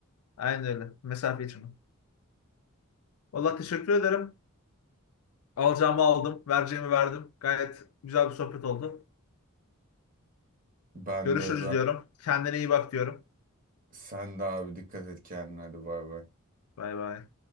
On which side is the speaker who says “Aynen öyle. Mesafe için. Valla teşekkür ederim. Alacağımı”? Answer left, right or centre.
Left